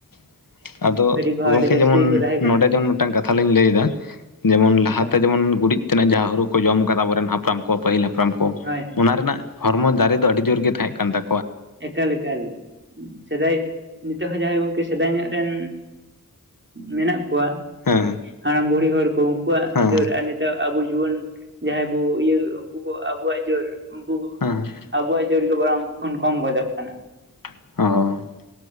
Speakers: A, on the left; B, on the right.
A: ᱾ ᱟᱫᱚ
B: ᱠᱚᱦᱚᱸ
A: ᱜᱚᱝᱠᱮ
B: ᱟᱹᱰᱤ ᱡᱟᱹᱥᱛᱤ
A: ᱡᱮᱢᱚᱱ
B: ᱜᱮᱠᱚ ᱛᱟᱦᱮᱸ ᱠᱟᱱᱟ
A: ᱱᱚᱰᱮ ᱡᱮᱢᱚᱱ ᱢᱤᱫᱴᱟᱱ ᱠᱟᱛᱷᱟ ᱞᱤᱧ ᱞᱟᱹᱭᱫᱟ ᱾ ᱡᱮᱢᱚᱱ ᱞᱟᱦᱟᱛᱮ
B: ᱮᱠᱟᱞ ᱮᱠᱟᱞ
A: ᱡᱮᱢᱚᱱ ᱜᱩᱨᱤᱡ ᱛᱮᱱᱟᱜ ᱡᱟᱦᱟᱸ ᱦᱳᱨᱳ ᱠᱚ ᱡᱚᱢ ᱟᱠᱟᱫᱟ ᱟᱵᱚᱨᱮᱱ ᱦᱟᱯᱲᱟᱢ ᱠᱚ ᱯᱟᱹᱦᱤᱞ ᱦᱟᱯᱨᱟᱢ ᱠᱚ ᱾
B: ᱦᱳᱭ ᱦᱳᱭ
A: ᱚᱱᱟ ᱨᱮᱱᱟᱜ ᱦᱚᱨᱢᱚ ᱫᱟᱨᱮ ᱫᱚ ᱟᱹᱰᱤ ᱡᱳᱨ ᱜᱮ ᱛᱟᱦᱮᱸ ᱠᱟᱱ ᱛᱟ
B: ᱮᱠᱟᱞ ᱮᱠᱟᱞ, ᱥᱮᱫᱟᱭ ᱱᱤᱛᱚᱜ ᱦᱚᱸ ᱡᱟᱦᱟᱸᱭ ᱜᱚᱝᱠᱮ ᱥᱮᱫᱟᱭ ᱧᱚᱜ ᱨᱮᱱ ᱢᱮᱱᱟᱜ ᱠᱚᱣᱟ,
A: ᱦᱮᱸ
B: ᱦᱟᱲᱟᱢ ᱵᱩᱲᱦᱤ ᱦᱚᱲ ᱠᱚ ᱩᱱᱠᱩᱣᱟᱜ
A: ᱦᱮᱸ
B: ᱡᱳᱨ
A: ᱦᱮᱸ
B: ᱟᱨ ᱱᱤ ᱛᱚᱜ ᱟᱵᱚ ᱡᱩᱣᱟᱹᱱ ᱡᱟᱦᱟᱸᱭ ᱵᱚ ᱤᱭᱟᱹ ᱩᱱᱠᱩ ᱠᱚ ᱟᱵᱚᱣᱟᱜ ᱡᱳᱨ ᱩᱱᱠᱩ
A: ᱦᱮᱸ
B: ᱟᱵᱚᱣᱟᱜ ᱡᱳᱨᱜᱮ ᱵᱚᱨᱚᱝ ᱩᱱᱠᱩ ᱠᱷᱚᱱ ᱠᱚᱢ ᱜᱚᱫᱚᱜ ᱠᱟᱱᱟ ᱾
A: ᱦᱚᱸ ᱾